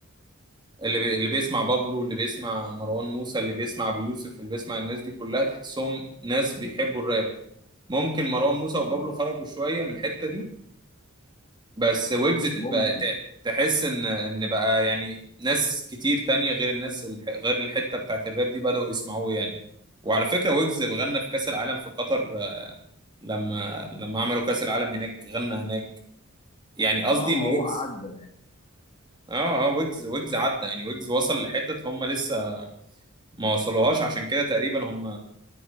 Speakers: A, on the right (about 20°); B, on the left (about 30°).
A: اللي, بي... اللي بيسمع بابلو اللي بيسمع مروان موسى اللي بيسمع ابو يوسف اللي بيسمع الناس دي كلها تحسهم ناس بيحبوا الراب ممكن مروان موسى وبابلو
B: اه
A: خرجوا شوية من الحتة دي بس ويجز ت-
B: ممكن
A: بقى ت- تحس ان ان بقى يعني ناس كتير تانية غير الناس الح... غير الحتة بتاعت الراب دي بدأوا يسمعوه يعني وعلى فكرة ويجز غنى في كأس العالم في قطر آه، لما لما عملوا كأس العالم هناك غنى هناك يعني قصدي
B: اه
A: ان
B: ما
A: ويجز
B: هو عدى
A: اه اه ويجز ويجز عدى يعني ويجز وصل لحتت هم لسه ما وصلوهاش عشان كده تقريبا هم